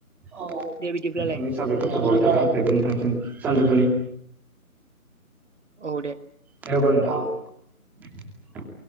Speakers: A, in the centre; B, on the right.
A: औ
B: दे बिदिब्लालाय
A: नोंथांनि <unintelligible> गोजोनथोंसै सानजौफुनि।
B: औ दे।
A: दे‌ अब्ला नोंथां